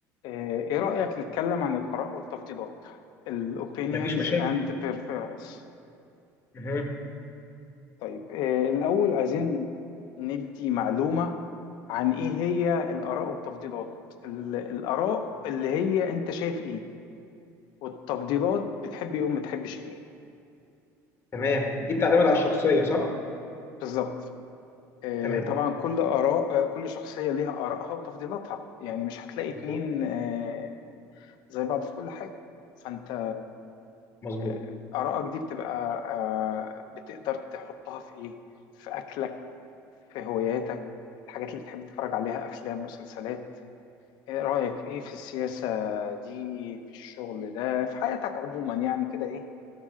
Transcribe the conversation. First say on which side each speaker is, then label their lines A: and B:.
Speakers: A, on the left (about 70°); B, on the left (about 30°).
A: آه، ايه رأيك نتكلم عن الآراء والتفضيلات ال opinions
B: مفيش مشاكل
A: and preference
B: مهم.
A: طيب إيه الأول عايزين ندي معلومة عن ايه هي الآراء والتفضيلات ال- الآراء اللي هي انت شايف ايه والتفضيلات بتحب ايه وما تحبش ايه
B: تمام دي بتعتمد على الشخصية صح؟
A: بالظبط إيه
B: تمام
A: طبعا كل آراء آه، كل شخصية ليها آرائها وتفضيلاتها يعني مش هتلاقي
B: مظبوط
A: اتنين آه، زي بعض في كل حاجة فانت
B: مظبوط
A: آه، آرائك دي بتبقى آه، بتقدر تحطها في إيه؟ في أكلك في هواياتك في الحاجات اللي بتحب تتفرج عليها أفلام مسلسلات إيه رأيك إيه في السياسة دي في الشغل ده في حياتك عموما يعني كده إيه